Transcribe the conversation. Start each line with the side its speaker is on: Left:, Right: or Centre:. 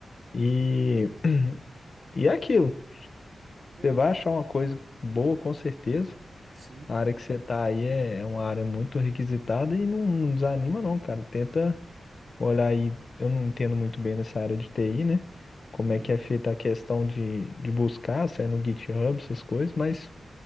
Left: E, <clears throat> e é aquilo.
Right: Hum,
Left: Você vai achar uma coisa boa, com certeza.
Right: sim.
Left: A área que você tá aí é, é uma área muito requisitada e não, não desanima, não, cara. Tenta olhar aí. Eu não entendo muito bem nessa área de TI, né? Como
Right: Hum,
Left: é que é feita a questão de, de buscar, se é no GitHub, essas coisas, mas